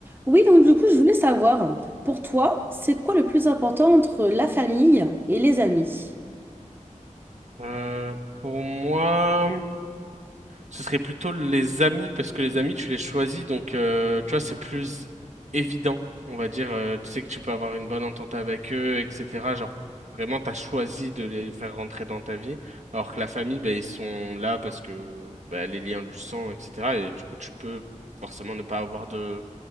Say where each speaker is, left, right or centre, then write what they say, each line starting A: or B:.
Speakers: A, on the right (about 15°); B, on the right (about 65°).
A: Oui, donc du coup, je voulais savoir, pour toi, c'est quoi le plus important entre la famille et les amis?
B: Euh, pour moi, ce serait plutôt les amis, parce que les amis, tu les choisis, donc euh, tu vois, c'est plus évident, on va dire. euh, tu sais que tu peux avoir une bonne entente avec eux, etc. Genre, vraiment, t'as choisi de les faire rentrer dans ta vie, alors que la famille, ben ils sont là parce que bah, les liens du sang, etc. Et du coup, tu peux forcément ne pas avoir de,